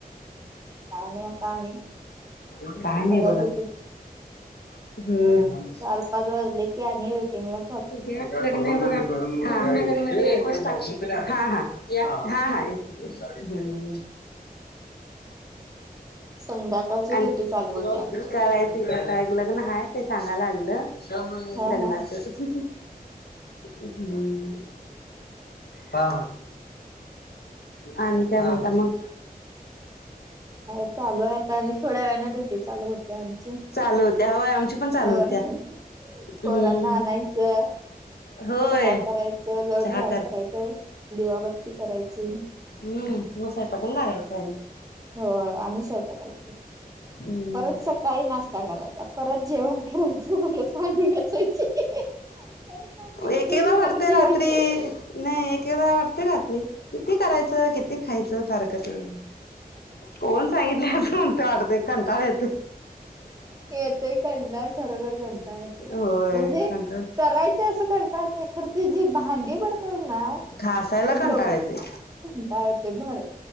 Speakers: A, on the right; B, on the left.
A: काय नाही आता आणि
B: काय नाही
A: बघायचं
B: बघा.
A: ते
B: हम्म
A: चार पाच वाजले की आणि रुटिंगला
B: उदया लग्न आहे बघा गुहाघरमध्ये उद्या एक वाजता हा हा येतो. हम्म.
A: संध्याकाळची
B: आणि
A: ड्युटी चालू होते आमची
B: करायचं आता एक लग्न हाय, ते सांगायला आलतं,
A: हा
B: लग्नाचं.
A: हा.
B: हम्म हा आणि काय म्हणता मग?
A: हाय चालू आहे आता, आणि थोड्या वेळानं ड्युटी चालू होत्या आमची‌
B: चालु होत्या, होय आमची पण चालू
A: होय,
B: होत्या हम्म
A: पोरांना आणायचं
B: होय
A: चहा करायचं लोट
B: चहा
A: झाड
B: कर
A: करायचं दिवाबत्ती करायची.
B: हम्म मग स्वयंपाकाला लागायचं आणि
A: हो आणि स्वयंपाकाला
B: हम्म
A: परत काही नाष्टा करायचा परत जेवण करायचं परत भाडी घासायची. परत भांडी घासायची
B: एके एकदा वाटतंय
A: परत जेवायची
B: रात्री नाही एकदा वाटते रात्री किती करायचं किती खायचं सारखं कोण सांगितलं असं कोणते वाटतं कंटाळ येत.
A: येतय कंटाळा खरोखर कंटाळा येते
B: होय
A: म्हणजे
B: कंटाळ
A: करायचं असं कंटाळा येत नाही खरं जी भांडी पडतात ना
B: घासायला
A: ते
B: कंटाळ
A: बघून
B: येते
A: कंटाळा येतोय भर